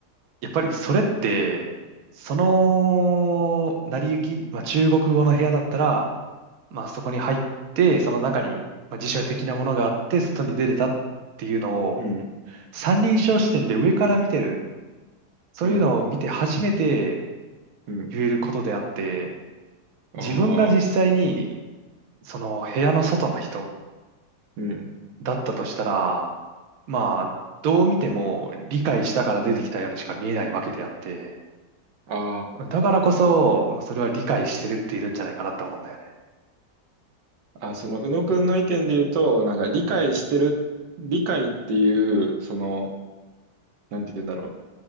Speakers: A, on the right; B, on the right.
A: やっぱりそれって、その成り行き、まあ中国語の部屋だったら、まあそこに入って、その中に、まあ、辞書的なものがあって、外に出れたっていうのを、
B: うん。
A: 三人称視点で上から見てる、そういうのを見て初めて
B: うん。うん。
A: 言えることであって、自分が実際に
B: ああ。
A: その部屋の外の人
B: うん。
A: だったとしたら、まあ、どう見ても理解したから出てきたようにしか見えないわけであって、
B: うん。あ
A: だからこそ、まあ、それは理解してるっているんじゃないかなと思うんだよね。
B: あ。あ、その、宇野くんの意見で言うと、なんか理解してる、
A: うん
B: 理解っていう、その、なんて言うんだろう、